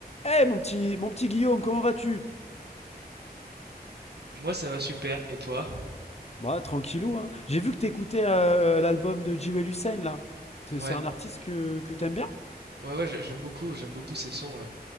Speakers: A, on the left (about 40°); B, on the right (about 85°).
A: Eh mon petit, mon petit Guillaume, comment vas-tu
B: Moi, ça va super. Et toi?
A: Bah tranquillou, hein. J'ai vu que t'écoutais euh, l'album de Jewel Hussein là. C'est
B: Ouais,
A: c'est un artiste que, que t'aimes bien?
B: ouais, ouais, j'ai- j'aime beaucoup, j'aime beaucoup ces sons. euh.